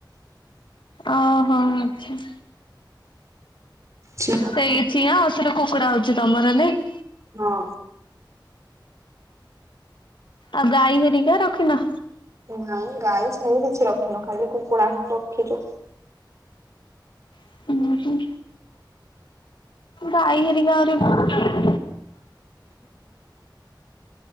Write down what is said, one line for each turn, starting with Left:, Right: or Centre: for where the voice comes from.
Left: ଅହୋ ଆଚ୍ଛା।
Right: ଚିଆଁ
Left: ସେଇ
Right: ହଁ
Left: ଚିଆଁ ଆଉଥରେ କୁକୁଡ଼ା ହଉଚି ତମର ନାଇଁ?
Right: ହଁ।
Left: ଆଉ ଗାଈ ହେରିକା ରଖିିନ?
Right: ନାଇଁ ଗାଈ ଛେଳି କିଛି ରଖିନୁ ଖାଲି କୁକୁଡ଼ା ହିଁ ରଖିଛୁ।
Left: <unintelligible> ହୁଁ ଗାଈ ହେରିକା ଆହୁରି